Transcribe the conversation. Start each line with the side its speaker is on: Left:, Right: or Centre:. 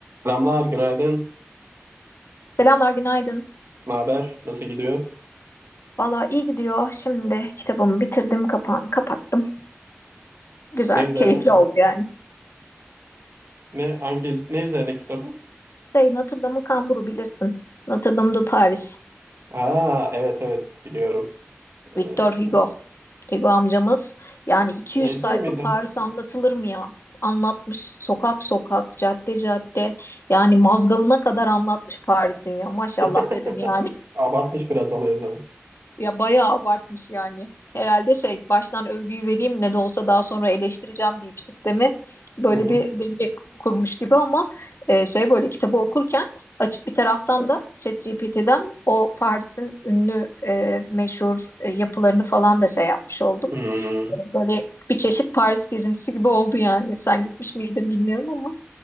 Right: Selamlar, günaydın.
Left: Selamlar, günaydın.
Right: Ne haber? Nasıl gidiyor?
Left: Valla iyi gidiyor. Şimdi kitabımı bitirdim, kapağını kapattım. Güzel,
Right: Ne üzerine?
Left: keyifli oldu yani.
Right: Ne hangi ne üzerine kitabın?
Left: Şey, Notre Dame'ın kamburu bilirsin. Notre Dame de Paris.
Right: Aa, evet evet biliyorum. Ee,
Left: Victor Hugo. Hugo amcamız. Yani 200
Right: şey
Left: sayfa
Right: değil miydi?
Left: Paris anlatılır mı ya? Anlatmış. Sokak sokak, cadde cadde. Yani mazgalına kadar anlatmış Paris'in ya. Maşallah
Right: <laughs>
Left: dedim yani.
Right: Abartmış biraz olayı zaman.
Left: Ya bayağı abartmış yani. Herhalde şey baştan övgüyü vereyim ne de olsa daha sonra eleştireceğim deyip sistemi böyle
Right: Hı hı.
Left: bir denge kurmuş gibi ama e, şey böyle kitabı okurken açıp bir taraftan da ChatGPT'den o Paris'in ünlü e, meşhur e, yapılarını falan da şey yapmış oldum.
Right: Hmm.
Left: E, Böyle bir çeşit Paris gezintisi gibi oldu yani. Sen gitmiş miydin bilmiyorum ama.